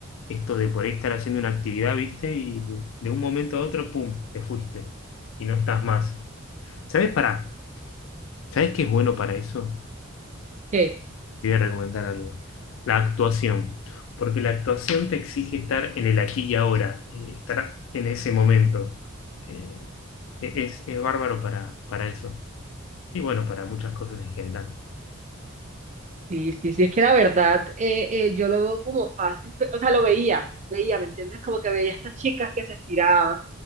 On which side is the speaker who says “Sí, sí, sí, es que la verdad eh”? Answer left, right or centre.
Right